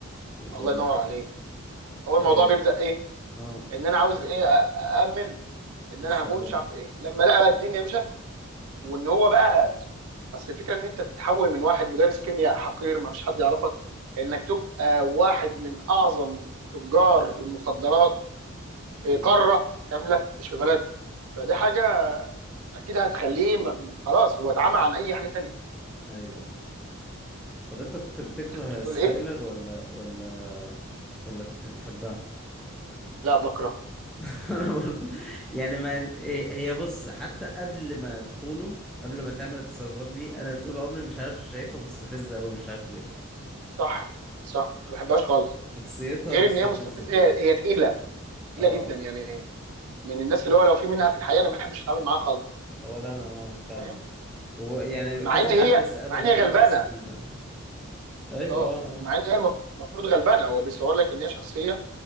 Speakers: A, in the centre; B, on the right.
A: والحوارات
B: الله ينور
A: دي
B: عليك هو الموضوع
A: اه,
B: بيبدا ايه
A: آه
B: ان انا عاوز ايه اامن ان
A: مستقبله
B: انا هموت مش عارف ايه لما لقى بقى
A: مم.
B: الدنيا مشت وان هو بقى اصل الفكره ان انت بتتحول من واحد مدرس كيمياء حقير ما فيش حد يعرفك انك تبقى واحد من اعظم تجار المخدرات في
A: مم.
B: قاره كامله مش في بلد فدي حاجه اكيد هتخليه م- خلاص هو اتعمى عن اي حاجه تانية
A: ايوه طب انت كنت بتكره
B: انت كنت بتقول
A: سكايلر
B: ايه
A: ولا ولا ولا كنت بتحبها
B: لا بكره
A: <laughs> انا برضو يعني ما هي هي بص حتى قبل ما تخونه قبل ما تعمل التصرفات دي انا طول عمري مش عارف شايفها مستفزة قوي مش عارف ليه
B: صح صح ما بحبهاش خالص
A: شخصيتها
B: غير
A: مستفزة
B: ان هي مستفزه
A: كده
B: هي هي تقيله تقيله
A: اه
B: جدا يعني من الناس اللي هو لو في منها في الحقيقه انا ما بحبش اتعامل معاها خالص
A: اولا انا اه فعلا
B: فاهم
A: ويعني
B: مع
A: كذا
B: ان هي
A: حد اساله
B: مع ان
A: برضو
B: هي غلبانه
A: نفس ال ايوه
B: اه
A: اه
B: مع ان هي المف- المفروض غلبانه هو بيصور لك ان هي شخصيه